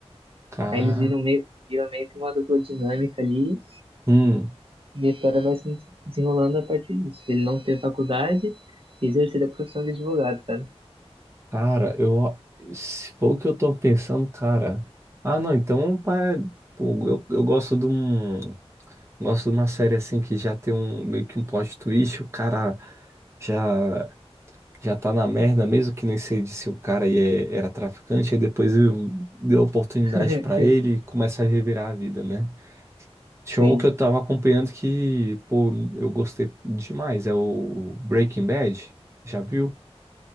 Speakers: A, on the right; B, on the right.
A: cara.
B: Aí eles viram meio, viram meio que uma dupla dinâmica ali
A: Hum,
B: e a história vai se desenrolando a partir disso. Ele não ter faculdade e exercer a profissão de advogado, sabe?
A: cara, eu se for o que eu tô pensando, cara. Ah, não, então, pá, pô, eu, eu gosto de um. Gosto de uma série assim que já tem um meio que um plot twist, o cara já já tá na merda, mesmo que nem sei de se o cara aí é- era traficante, aí depois eu- deu oportunidade
B: <laughs>
A: pra ele e começa a revirar a vida, né? Tinha
B: Sim.
A: um que eu tava acompanhando que, pô, eu gostei demais, é o Breaking Bad. Já viu?